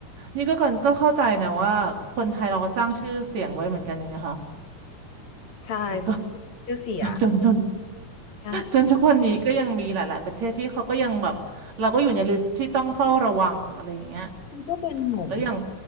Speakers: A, on the right; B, on the left.
A: นี่ก็ก่อนก็เข้าใจนะว่าคนไทยเราก็สร้างชื่อเสียงไว้เหมือนกันไงคะ
B: ใช่
A: มันก็
B: ชื่อเสีย
A: จน <laughs> จนจน
B: ค่ะ
A: จนทุกวันนี้ก็ยังมีหลายๆประเทศที่เขาก็ยังแบบเราก็อยู่ในลิสต์ที่ต้องเฝ้าระวังอะไรอย่างเงี้ย
B: มันก็เป็นเหมือน
A: แล้วอย่าง